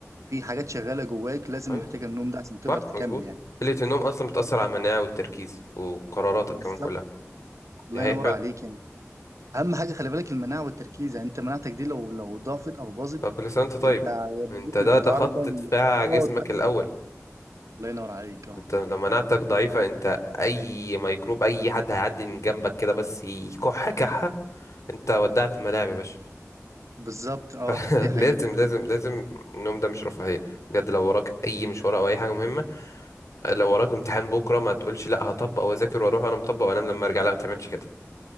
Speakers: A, on the right; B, on the left.
A: في حاجات شغالة جواك لازم
B: ايوه
A: محتاجة النوم ده عشان
B: صح
A: تقدر تكمل
B: مظبوط
A: يعني
B: قلة النوم اصلا بتأثر على المناعة والتركيز وقراراتك
A: بالظبط
B: كمان كلها
A: الله
B: دي حقيقة
A: ينور عليك يعني أهم حاجة خلي بالك المناعة والتركيز يعني أنت مناعتك دي لو لو ضعفت أو باظت
B: خ- كل سنة وانت طيب
A: أنت هيبقى
B: انت
A: جسمك
B: ده
A: متعرض
B: ده خط
A: بقى
B: دفاع
A: للأمراض
B: جسمك
A: بقى
B: الأول
A: الله ينور عليك أه
B: انت لو مناعتك ضعيفة انت أي ميكروب أي حد هيعدي من جنبك كده بس يكح كحة انت ودعت الملاعب يا باشا
A: بالظبط أه
B: <laughs>
A: دي حقيقة
B: لازم لازم لازم النوم ده مش رفاهية بجد لو وراك أي مشوار أو أي حاجة مهمة لو وراك امتحان بكرة ما تقولش لا هطبق وأذاكر وأروح وأنا مطبق وأنام لما أرجع لا ما تعملش كده